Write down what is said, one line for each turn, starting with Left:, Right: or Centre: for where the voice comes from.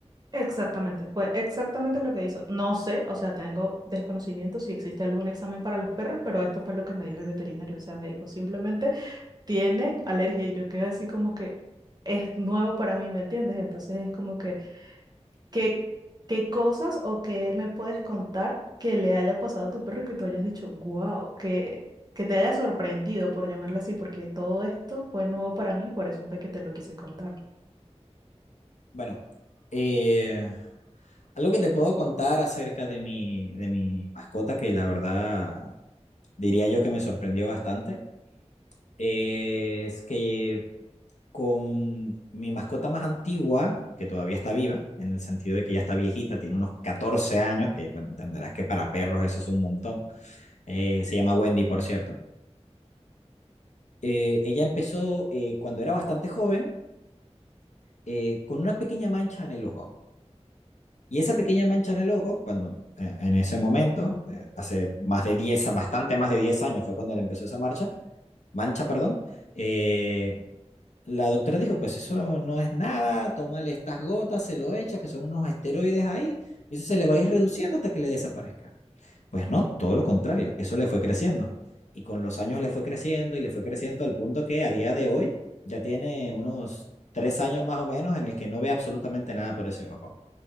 Right: Exactamente, fue exactamente lo que hizo. No sé, o sea, tengo desconocimiento si existe algún examen para los perros, pero esto fue lo que me dijo el veterinario. O sea, me dijo simplemente, tiene alergia y yo quedé así como que es nuevo para mí, ¿me entiendes? Entonces es como que... ¿Qué, qué cosas o qué me puedes contar que le haya pasado a tu perro que tú hayas dicho, wow, que, que te haya sorprendido por llamarle así, porque todo esto fue nuevo para mí, por eso fue que te lo quise contar.
Left: Bueno. Eh, Algo que te puedo contar acerca de mi, de mi mascota, que la verdad diría yo que me sorprendió bastante, es que con mi mascota más antigua, que todavía está viva, en el sentido de que ya está viejita, tiene unos 14 años, que bueno, entenderás que para perros eso es un montón, eh, se llama Wendy, por cierto, eh, ella empezó eh, cuando era bastante joven eh, con una pequeña mancha en el ojo. Y esa pequeña mancha en el ojo, cuando eh, en ese momento, de- hace más de 10 bastante más de 10 años fue cuando le empezó esa marcha, mancha, perdón, eh, la doctora dijo, pues eso no es nada, tómale estas gotas, se lo echas que son unos esteroides ahí, y eso se le va a ir reduciendo hasta que le desaparezca. Pues no, todo lo contrario, eso le fue creciendo. Y con los años le fue creciendo y le fue creciendo al punto que a día de hoy ya tiene unos tres años más o menos en el que no ve absolutamente nada por ese ojo.